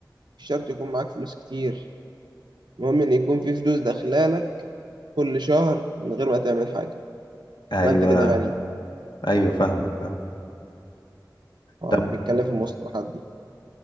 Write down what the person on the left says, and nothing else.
ايوه
ايوه فاهمك فاهمك
طب